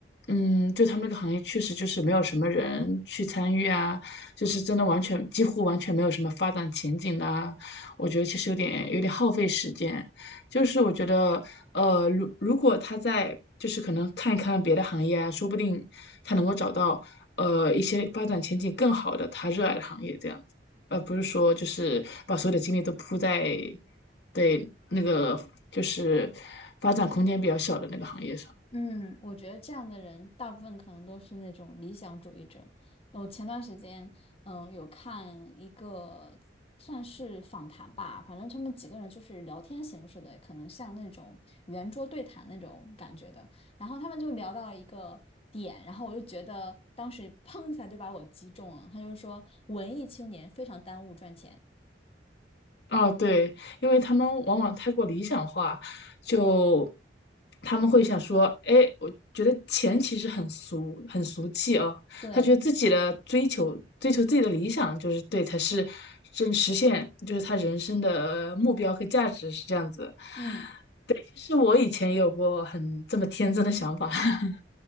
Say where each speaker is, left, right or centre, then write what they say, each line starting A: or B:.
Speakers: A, on the left (about 65°); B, on the left (about 35°).
A: 嗯，就他们那个行业确实就是没有什么人去参与啊，就是真的完全几乎完全没有什么发展前景的啊，我觉得其实有点有点耗费时间。就是我觉得，呃，如如果他在就是可能看一看别的行业啊，说不定他能够找到呃一些发展前景更好的他热爱的行业这样。而不是说就是把所有的精力都扑在对那个就是发展空间比较小的那个行业上。
B: 嗯，我觉得这样的人大部分可能都是那种理想主义者。我前段时间，嗯、有看一个算是访谈吧，反正他们几个人就是聊天形式的，可能像那种圆桌对谈那种感觉的。然后他们就聊到了一个点，然后我就觉得当时砰一下就把我击中了。他就说，文艺青年非常耽误赚钱。
A: 哦，对，因为他们往往太过理想化，就他们会想说，哎，我觉得钱其实很俗，很俗气哦。
B: 对，
A: 他觉得自己的追求，追求自己的理想，就是对，才是真实现，就是他人生的目标和价值是这样子。
B: 嗯，
A: 其实我以前也有过很这么天真的想法。<laughs>